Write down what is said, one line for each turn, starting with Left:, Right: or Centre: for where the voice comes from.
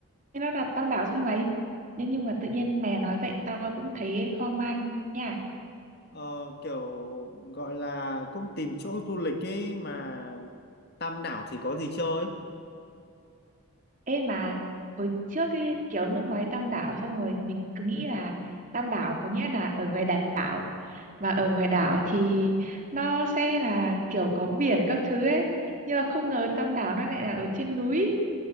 Right: nó là tao đảo thôi mày. Nhưng nhưng mà tự nhiên mày nói vậy tao cũng thấy hoang mang nha.
Left: Ờ, kiểu gọi là cũng tìm chỗ du lịch ấy mà Tam đảo thì có gì chơi?
Right: Ê mà hồi trước cái kiểu lúc nói tam đảo xong rồi mình cứ nghĩ là tam đảo có nghĩa là ở ngoài đảo mà ở ngoài đảo thì nó sẽ là kiểu có biển các thứ ấy. Nhưng mà không ngờ tam đảo nó lại là ở trên núi.